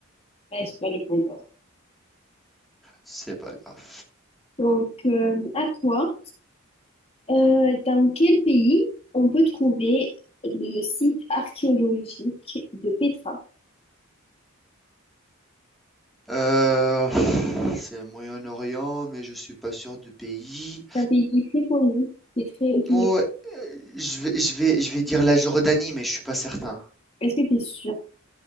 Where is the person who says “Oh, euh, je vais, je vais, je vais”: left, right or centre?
Centre